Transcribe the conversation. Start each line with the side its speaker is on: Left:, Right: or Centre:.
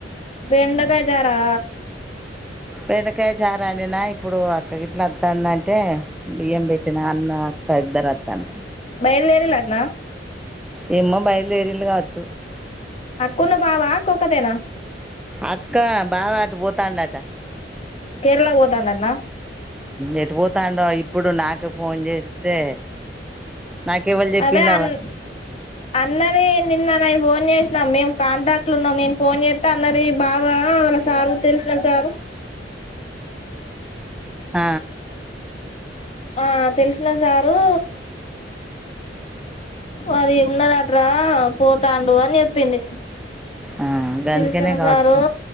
Left: బెండకాయి చారా
Centre: బండకాయ చారాండినా ఇప్పుడు అక్క గిట్లా వత్తాంద అంటే బియ్యం పెట్టిన అన్న అక్క ఇద్దరు వత్తాండే.
Left: బయలుదేరలన్నా
Centre: ఏమ్మ బయలుదేరిలు కావచ్చు.
Left: అక్కున్న బావా ఓక్కదేనా
Centre: అక్కా బావాటు పోతాండట
Left: కేరళ పోతండన
Centre: ఎటు పోతాండో ఇప్పుడు నాకు ఫోన్ చేస్తే నాకెవలు చెప్పిళ్ళు
Left: అదే అన్
Centre: అవ్వ
Left: అన్నది నిన్న ఫోన్ చేసినాం మేము కాంటాక్ట్ లో ఉన్నాం. నేను ఫోన్ చేస్తే అన్న బావా వాళ్ళ సార్ తెలిసిన సార్
Centre: ఆ
Left: ఆ తెలిసిన సారు అది ఉన్నదట్రా పోతాండు అని చెప్పింది.
Centre: ఆ గందుకనే
Left: తెలిసిన
Centre: కావచ్చు
Left: సారు